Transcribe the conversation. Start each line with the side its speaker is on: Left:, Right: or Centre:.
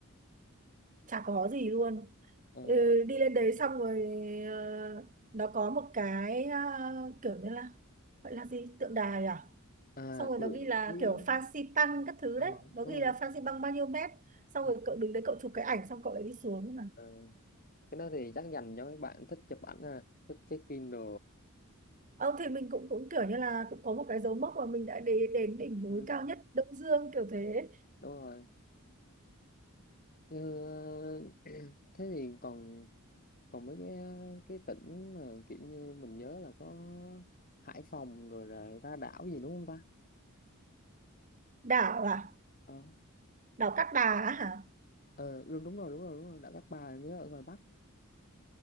Right: chả có gì luôn
Left: Ờ,
Right: ừ, đi lên đấy xong rồi ờ, nó có một cái ờ, kiểu như là gọi là gì tượng đài à
Left: à
Right: xong rồi
Left: tự
Right: nó ghi là
Left: với
Right: kiểu Phan Xi Pang các thứ
Left: ờ
Right: đấy nó
Left: đúng
Right: ghi
Left: rồi
Right: là Phan Xi Pang bao nhiêu mét xong
Left: Ừ.
Right: rồi cậu đứng đấy cậu chụp cái ảnh xong cậu lại đi xuống
Left: Ờ, cái đó thì chắc dành cho mấy bạn thích chụp ảnh à thích check Kindle
Right: Ờ, thì mình cũng cũng kiểu như là cũng có một cái dấu mốc mà mình đã đến đến đỉnh núi
Left: ừ.
Right: cao nhất Đông Dương kiểu thế
Left: đúng rồi Như, <clears throat> thế thì còn còn mấy cái cái tỉnh mà kiểu như mình nhớ là có Hải Phòng rồi là ra đảo gì đúng không ta
Right: đảo à
Left: ờ
Right: đảo Cát Bà á hả
Left: ờ, đúng đúng rồi đúng rồi đúng rồi đảo Cát Bà nhớ ở ngoài Bắc